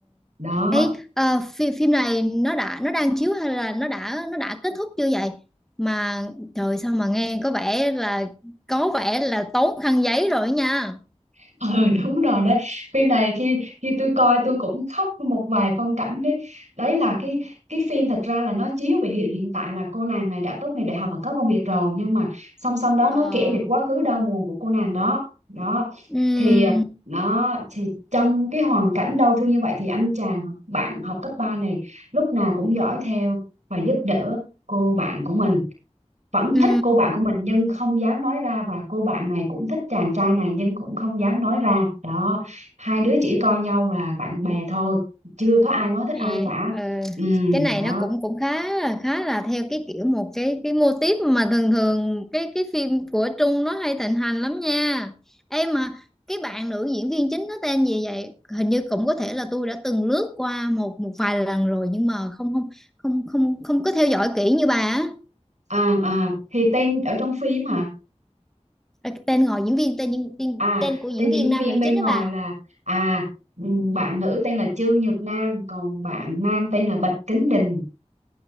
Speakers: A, on the right; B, in the centre.
A: Đó.
B: Ấy, ờ, phi, phim này nó đã nó đang chiếu hay là nó đã nó đã kết thúc chưa vậy? Mà trời sao mà nghe có vẻ là có vẻ là tốn khăn giấy rồi nha.
A: <laughs> ừ đúng rồi đấy phim này khi khi tôi coi tôi cũng khóc một vài phân cảnh đấy đấy là cái cái phim thật ra là nó chiếu về hiện hiện tại là cô nàng này đã tốt nghiệp đại học và có công việc rồi nhưng mà song song đó
B: Ờ,
A: nó kể về quá khứ đau buồn của cô nàng đó đó
B: ừ,
A: thì nó thì trong cái hoàn cảnh đau thương như vậy thì anh chàng bạn học cấp 3 này lúc nào cũng dõi theo và giúp đỡ cô bạn của mình vẫn
B: ừ.
A: thích cô bạn của mình nhưng không dám nói ra và cô bạn này cũng thích chàng trai này nhưng cũng không dám nói ra đó hai đứa chỉ coi nhau là bạn bè thôi chưa có ai nói thích
B: Ê,
A: ai cả
B: ờ,
A: ừ
B: cái này
A: đó
B: nó cũng cũng khá là khá là theo cái kiểu một cái cái mô típ mà thường thường cái cái phim của Trung nó hay thịnh hành lắm nha em mà cái bạn nữ diễn viên chính nó tên gì vậy hình như cũng có thể là tôi đã từng lướt qua một một vài lần rồi nhưng mà không không không không không có theo dõi kỹ như bà á
A: à à thì tên ở trong phim hả
B: Ờ, tên ngồi diễn viên tên, tên
A: à
B: tên của diễn
A: tên
B: viên
A: diễn
B: nam
A: viên
B: nữ
A: bên
B: chính đó
A: ngoài
B: bà
A: là à ừ, bạn nữ tên là Trương Nhược Nam còn bạn nam tên là Bạch Kính Đình